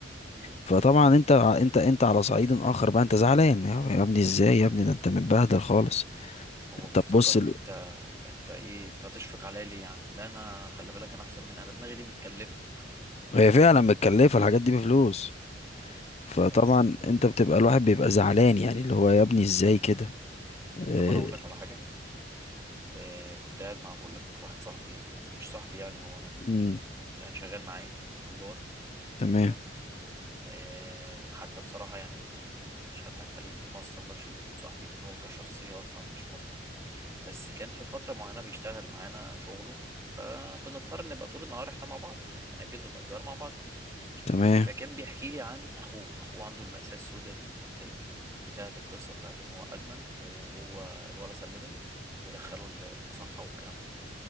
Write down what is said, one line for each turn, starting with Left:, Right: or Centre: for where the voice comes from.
Right: مم.
Left: فطبعا انت انت انت على صعيد اخر بقى انت زعلان يا يا ابني ازاي يا ابني ده انت متبهدل خالص
Right: هو بيفتكر
Left: طب بص
Right: ان انت انت ايه انت هتشفق عليا ليه يا عم لا انا خلي بالك انا احسن من انا دماغي دي متكلفة
Left: هي فعلا متكلفة الحاجات دي بفلوس فطبعا
Right: بس
Left: انت بتبقى الواحد بيبقى زعلان يعني اللي هو يا ابني ازاي كده آه،
Right: طب انا اقول لك على حاجة إيه كنت قاعد مع بقول لك واحد صاحبي مش صاحبي يعني هو انا ما-
Left: مم،
Right: يعني شغال معايا نجار
Left: تمام
Right: تمام آه، حتى بصراحة يعني ما مش هضحك عليك ما استنضفش انه يكون صاحبي ان هو كشخصية اصلا مش مظبوط بس كان في فترة معينة بيشتغل معانا شغله فبنضطر نبقى طول النهار احنا مع بعض يعني منجد ونجار مع بعض
Left: تمام
Right: فكان بيحكي لي عن اخوه اخوه عنده المأساة السوداء دي حلو بتاعت القصة بتاعت ان هو ادمن وهو الولا سلمه ودخله ال- المصحة والكلام ده